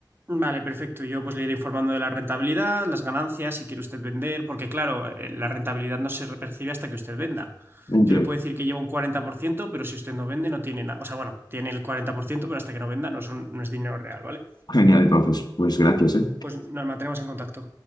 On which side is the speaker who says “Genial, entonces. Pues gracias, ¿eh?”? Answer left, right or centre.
Left